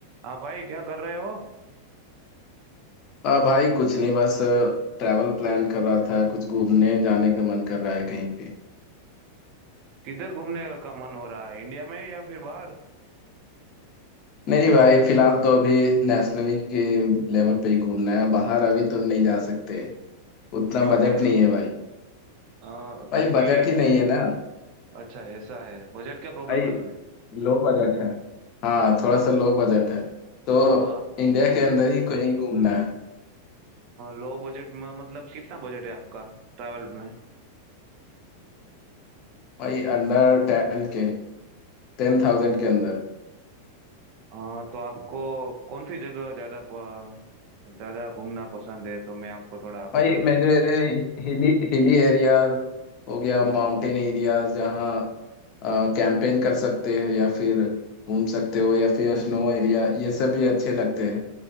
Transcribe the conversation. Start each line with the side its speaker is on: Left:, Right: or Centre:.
Right: हाँ भाई क्या कर रहे हो
Left: आ भाई कुछ नहीं बस ट्रैवल प्लान कर रहा था कुछ घूमने जाने का मन कर रहा है कहीं पे
Right: किधर घूमने का मन हो रहा है इंडिया में या फिर बाहर
Left: नहीं भाई फिलहाल तो अभी नेशनली के लेवल पे ही घूमना है बाहर अभी तो नहीं जा सकते उतना
Right: क्यों
Left: बजट
Right: भाई
Left: नहीं है भाई
Right: आ,
Left: भाई
Right: क्योंकि
Left: बजट ही नहीं है ना
Right: अच्छा ऐसा है बजट क्या प्रॉब्लम
Left: भाई
Right: है तुझे
Left: लो बजट है हाँ थोड़ा सा लो बजट है तो
Right: आ, आप
Left: इंडिया के अंदर ही कहीं घूमना है
Right: लो बजट में मतलब कितना बजट है आपका ट्रैवल में
Left: भाई अंडर टेन के टेन थाउजेंड
Right: ओ,
Left: के अंदर
Right: आ, तो आपको कौन सी जगह ज्यादा प- ज्यादा घूमना पसंद है तो मैं आपको थोड़ा
Left: भाई
Right: बता देगा
Left: मेरे हिली हिली एरियाज हो गया माउंटेन एरियाज जहाँ कैंपेन कर सकते हैं या फिर घूम सकते हो या फिर स्नो एरिया ये सब भी अच्छे लगते हैं